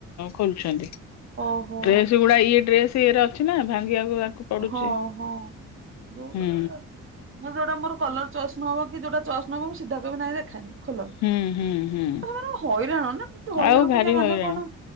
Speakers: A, on the left; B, on the right.
A: ଖୋଲୁଛନ୍ତି।
B: ଓହୋ
A: ଡ୍ରେସ୍ ଗୁଡା ଇଏ ଡ୍ରେସ୍ ଇଏରେ ଅଛି ନା ଭାଙ୍ଗିବାକୁ ଆକୁ ପଡୁଛି
B: ହଁ ହଁ ଯୋଉ
A: ହୁଁ
B: ମାନେ ମୁ ଯୋଉଡା ମୋର କଲର୍ ଚଏସ୍ ନହବ କି ଯୋଉଟା ଚଏସ୍ ନହବ ମୁଁ ସିଧା କଇବିି ନାଇଁ ଦେଖାନି ଖୋଲନି
A: ହୁଁ ହୁଁ ହୁଁ
B: <unintelligible> ହଇରାଣ ନା। ହଇରାଣ
A: ଆଉ ଭାରି
B: କରିବା ମାନେ
A: ହଇରାଣ
B: କଣ